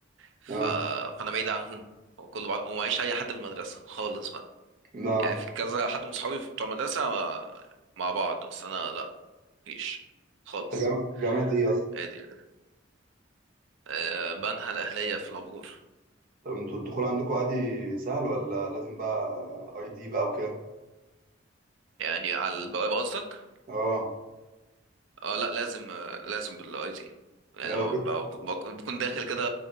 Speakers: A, on the right; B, on the right.
A: ف...
B: اه
A: فأنا بعيد عنهم وكل بعض ومعيش أي حد من المدرسة خالص بقى
B: لا
A: يعني في كذا حد من صحابي بتوع المدرسة مع... مع بعض بس أنا لا مفيش خالص
B: انت جامعه جامعه ايه
A: عادي أه بنها الأهلية في العبور
B: طب انتوا الدخول عندكم عادي سهل ولا لازم بقى اي دي بقى وكده
A: يعني على البوابة قصدك؟
B: اه
A: أه لا لازم آه، لازم بالاي دي يعني
B: يعني
A: لما
B: لو جيت
A: بكون بكون- بكون داخل كده